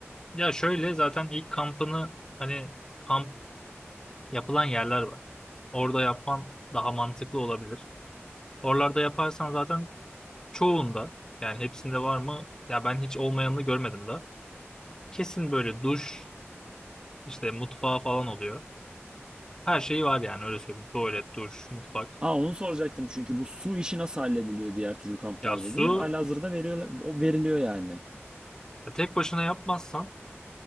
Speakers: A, on the left; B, on the right.
A: Ya şöyle zaten ilk kampını hani kamp yapılan yerler var. Orada yapman daha mantıklı olabilir. Oralarda yaparsan zaten çoğunda yani hepsinde var mı? Ya ben hiç olmayanını görmedim de. Kesin böyle duş işte mutfağı falan oluyor. Her şeyi var yani öyle söyleyeyim. Tuvalet, duş, mutfak.
B: Aa onu soracaktım çünkü bu su işi nasıl hallediliyor diğer türlü kamplarda
A: Ya su
B: diye. Halihazırda veriyor, o veriliyor yani.
A: ya tek başına yapmazsan